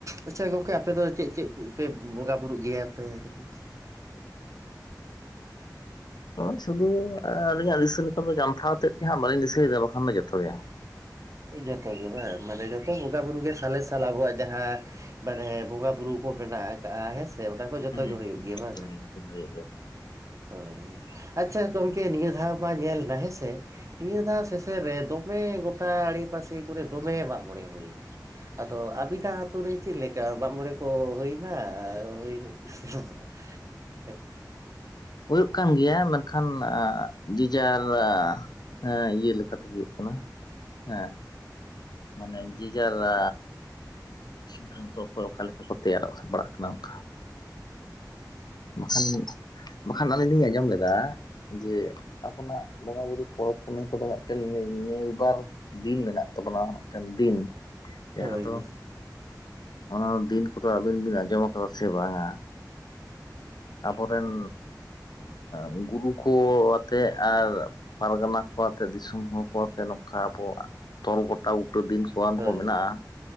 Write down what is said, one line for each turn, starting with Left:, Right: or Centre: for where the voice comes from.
Right: ᱟᱪᱪᱷᱟ ᱜᱚᱝᱠᱮ ᱟᱯᱮ ᱫᱚ ᱪᱮᱫ ᱪᱮᱫ ᱯᱮ ᱵᱚᱸᱜᱟ ᱵᱩᱨᱩᱜ ᱜᱮᱭᱟᱯᱮ ᱫᱮᱠᱷᱤ
Left: ᱱᱚᱜᱼᱚᱭ ᱥᱩᱫᱩ ᱟᱹᱞᱤᱧᱟᱜ ᱫᱤᱥᱟᱹ ᱞᱮᱠᱟ ᱫᱚ ᱡᱟᱱᱛᱷᱟᱣ ᱛᱮᱫ ᱜᱮ ᱦᱟᱸᱜ ᱵᱟᱹᱞᱤᱧ ᱫᱤᱥᱟᱹᱭᱮᱫᱟ ᱵᱟᱠᱷᱟᱱ ᱫᱚ ᱡᱚᱛᱚ ᱜᱮ᱾
Right: ᱡᱚᱛᱚ ᱜᱮ ᱵᱟᱝ ᱢᱟᱱᱮ ᱡᱚᱛᱚ ᱵᱚᱸᱜᱟ ᱵᱩᱨᱩ ᱜᱮ ᱥᱟᱞᱮ ᱥᱟᱞ ᱟᱵᱚᱣᱟᱜ ᱡᱟᱦᱟᱸ ᱵᱟᱨᱦᱮ ᱵᱚᱸᱜᱟ ᱵᱩᱨᱩ ᱠᱚ ᱢᱮᱱᱟᱜ ᱠᱟᱜᱼᱟ ᱦᱮᱸ ᱥᱮ, ᱚᱱᱟ ᱠᱚ ᱡᱚᱛᱚ
Left: ᱦᱩᱸ
Right: ᱜᱮ ᱦᱩᱭᱩᱜ
Left: ᱦᱩᱸ
Right: ᱜᱮᱭᱟ ᱵᱟᱝᱸ ᱥᱮ?
Left: <inaudible>
Right: ᱦᱳᱭ, ᱟᱪᱪᱷᱟ ᱜᱚᱝᱠᱮ ᱱᱤᱭᱟᱹ ᱫᱷᱟᱣ ᱢᱟ ᱧᱮᱞ ᱱᱟ ᱦᱮᱸᱥᱮ? ᱱᱤᱭᱟᱹ ᱫᱷᱟᱣ ᱥᱮᱥᱮᱱ ᱨᱮ ᱫᱚᱢᱮ ᱜᱚᱴᱟ ᱟᱲᱮᱯᱟᱥᱮ ᱠᱚᱨᱮ ᱫᱚᱢᱮ ᱢᱟᱜ ᱢᱚᱬᱮ ᱦᱩᱭᱱᱟ᱾ ᱟᱫᱚ ᱟᱹᱵᱤᱱᱟᱜ ᱟᱹᱛᱩ ᱨᱮ ᱪᱮᱫ ᱞᱮᱠᱟ ᱢᱟᱜ ᱢᱚᱬᱮ ᱠᱚ ᱦᱩᱭᱱᱟ ᱦᱩᱭ? <inaudible>
Left: ᱦᱩᱭᱩᱜ ᱠᱟᱱ ᱜᱮᱭᱟ ᱢᱮᱱᱠᱷᱟᱱ ᱟ ᱡᱮᱡᱟᱨ ᱟ ᱦᱮᱸ ᱤᱭᱟᱹ ᱞᱮᱠᱟᱛᱮ ᱦᱩᱭᱩᱜ ᱠᱟᱱᱟ ᱦᱮᱸ᱾ ᱢᱟᱱᱮ ᱡᱮ ᱡᱟᱨᱟᱻ ᱥᱤᱫᱽᱫᱷᱟᱱᱛᱚ ᱚᱠᱚᱭ ᱚᱠᱟ ᱞᱮᱠᱟ ᱠᱚ ᱛᱮᱭᱟᱨ ᱵᱟᱲᱟᱜ ᱠᱟᱱᱟ ᱚᱱᱠᱟ᱾ ᱵᱟᱠᱷᱟᱱ, ᱵᱟᱠᱷᱟᱱ ᱟᱹᱞᱤᱧ ᱞᱤᱧ ᱟᱸᱡᱚᱢ ᱞᱮᱫᱟ ᱡᱮ ᱟᱯᱚᱱᱟᱜ ᱵᱚᱸᱜᱟ ᱵᱩᱨᱩ ᱯᱚᱨᱚᱵᱽ ᱯᱩᱱᱟᱹᱭ ᱠᱚᱫᱚ ᱢᱤᱫᱴᱮᱱ <unintelligible> ᱫᱤᱱ ᱢᱮᱱᱟᱜ ᱛᱟᱵᱚᱱᱟ ᱢᱤᱫᱴᱮᱱ ᱫᱤᱱ᱾ ᱡᱟᱦᱟᱸ
Right: ᱦᱳᱭ
Left: ᱫᱚ, ᱚᱱᱟ ᱫᱤᱱ ᱠᱚᱫᱚ ᱟᱹᱵᱤᱱ ᱵᱤᱱ ᱟᱸᱡᱚᱢ ᱠᱟᱫᱟ ᱥᱮ ᱵᱟᱝᱟ, ᱟᱵᱚᱨᱮᱱ ᱮᱸ ᱜᱩᱨᱩ ᱠᱚ ᱟᱛᱮᱫ ᱟᱨ ᱯᱟᱨᱜᱟᱱᱟ ᱠᱚᱣᱟᱛᱮᱫ ᱫᱤᱥᱚᱢ ᱦᱚᱲ ᱠᱚ ᱟᱛᱮᱫ ᱱᱚᱝᱠᱟ ᱟᱵᱚᱣᱟᱜ ᱛᱚᱞ ᱜᱚᱴᱟ ᱵᱩᱴᱟᱹ ᱫᱤᱱ <unintelligible>
Right: ᱦᱳᱭ
Left: ᱠᱚ ᱢᱮᱱᱟᱜᱼᱟ